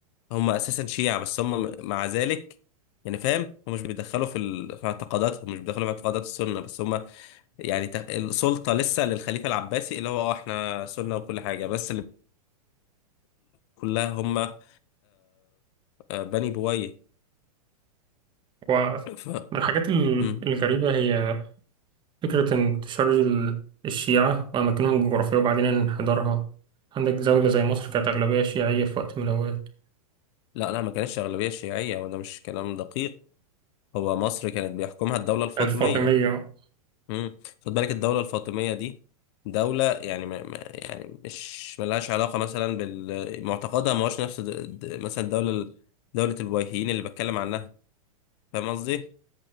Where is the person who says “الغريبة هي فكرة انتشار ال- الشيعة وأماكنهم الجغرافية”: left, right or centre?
Right